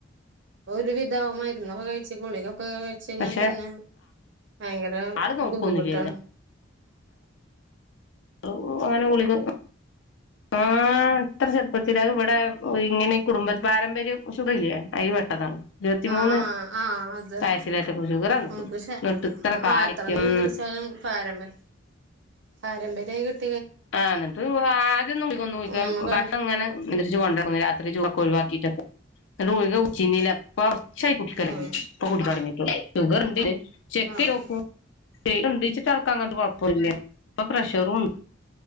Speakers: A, on the right; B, on the left.
A: ഒരു വി <unintelligible> മരുന്നൊക്കെ കഴിച്ചു ഗുളികളൊക്കെ കഴിച്ച് കഴിഞ്ഞാൽ
B: പക്ഷെ
A: തന്നെ ഭയങ്കര
B: ആള് നോക്കൊന്നുല്ലേനു
A: ബുദ്ധിമുട്ടാണ്
B: <unintelligible> അങ്ങനെ ഗുളിക ആഹ് അഹ് ത്ര ചെറുപ്പത്തിൽ അഹ് വടെ ഇങ്ങനെ കുടുംബ പാരമ്പര്യസുഖറില്ലേ അയില് പെട്ടതാണ് ഇരുവത്തി
A: ആഹ്
B: മൂന്ന്
A: ആഹ് അത്
B: തൈസിലൊക്കെ പൊ ഷുഗറന്ന്ക്ക്‌
A: അത് ശ
B: ന്നട്ട് ത്രെ കാല്
A: ആഹ് എത്ര
B: ട്ട്യം
A: നിയന്ത്രിച്ചാലും
B: <inaudible>
A: പാരമ്പ പാരമ്പര്യായി കിട്ട്
B: ആ ഇന്നട്ട് ആദ്യം <unintelligible>
A: നമ്മ ക
B: ഭക്ഷണം ഇങ്ങനെ നിയന്ത്രിച്ചു കൊണ്ടു ന്നു രാത് ത്രി ജുവൊക്കെ ഒഴിവാക്കീട്ടൊക്കെ ന്നട്ട് ഗുളിക കുടിചിരുന്നില്ല ഇപ്പം കൊറച്ചായി ഇപ്പം കുടിക്കല്തൊടങ്ങീടൊള്ളു
A: ആഹ്
B: ഷുഗർ ണ്ട്
A: ആഹ്
B: <unintelligible> ഉണ്ടീച്ചിട്ട ആൾക്ക് അങ്ങൻതെ കുയ്പ്പ ഇല്ല ഇപ്പൊ പ്രഷറും ഉണ്ട്